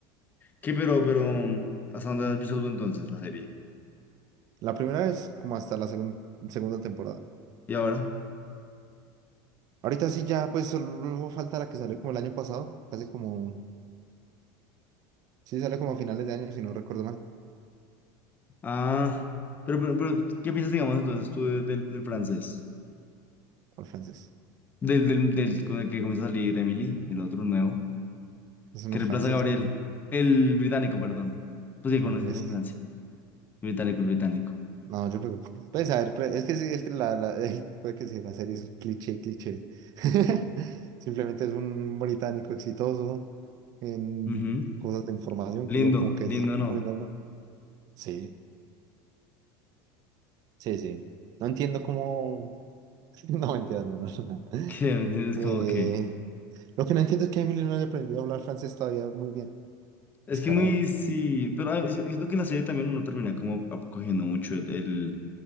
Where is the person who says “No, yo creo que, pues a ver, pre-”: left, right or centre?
Right